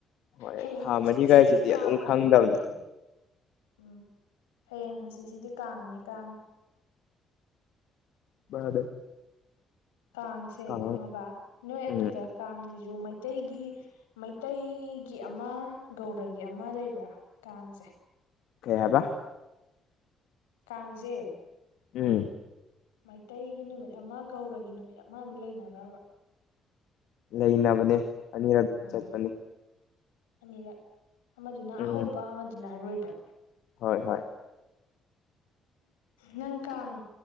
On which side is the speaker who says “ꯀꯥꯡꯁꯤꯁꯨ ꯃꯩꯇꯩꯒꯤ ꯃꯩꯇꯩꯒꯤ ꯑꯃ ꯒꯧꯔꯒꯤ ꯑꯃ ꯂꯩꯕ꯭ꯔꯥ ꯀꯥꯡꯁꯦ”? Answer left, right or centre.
Left